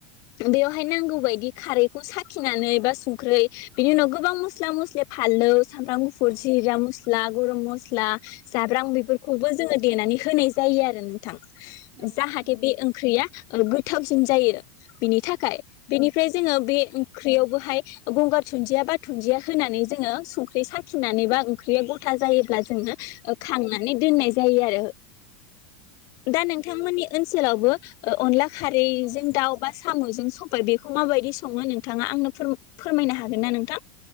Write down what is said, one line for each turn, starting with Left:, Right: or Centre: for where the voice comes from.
Left: बेवहाय नांगौ बायदि खारैखौ साखिनानै बा संख्रै बिनि उनाव गोबां मस्ला मस्लि फानलौ सामब्राम गुफुरज
Right: औ
Left: जिरा मस ला गरम मसला जाब्रां बेफोरखौबो जोङो देनानै होनाय जायो आरो न थां
Right: औ औ
Left: जाहाथे
Right: नंगौ
Left: बे ओं ख्रैया ओ गोथावसिन जायो। बिनि थाखाय बेनिफ्राय जोङो बे ओंख्रियावबोहाय ओ गंगार दुन्दिया बा दुन्दिया होनानै जोङो संख्रि साखिनानै बा ओंख्रिया गथा जायो अब्ला जोङो खांना माने दोननाय जायो आरो दा नोंथांमोननि ओनसोलावबो ओ अनला खारैजों
Right: औ
Left: दाउ बास साम'जों सबाय बेखौ माबायदि सङो नोंथाङा आंनो फोर फोरमायनो हागोन ना नोंथां?